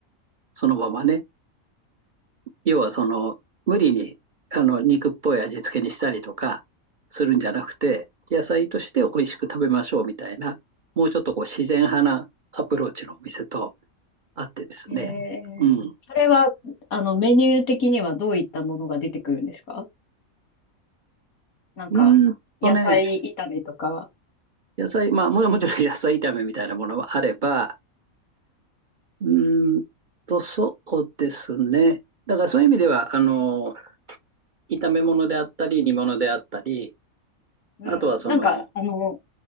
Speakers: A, on the right; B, on the left.
A: そのままね。要はその、無理に、あの、肉っぽい味付けにしたりとかするんじゃなくて、野菜として美味しく食べましょうみたいな、もうちょっとこう自然派なアプローチのお店とあってですね。
B: へえ。
A: う
B: それは、あの、メニュー的にはどういったものが出てくるんですかなんか、
A: ん。うーんとね、
B: 野菜炒めとか。
A: 野菜、まあも、もちろん野菜炒めみたいなものはあれば、うーんと、そうですね。だからそういう意味では、あの、炒め物であったり、煮物であったり、
B: うん。
A: あとはその、
B: なんか、あの、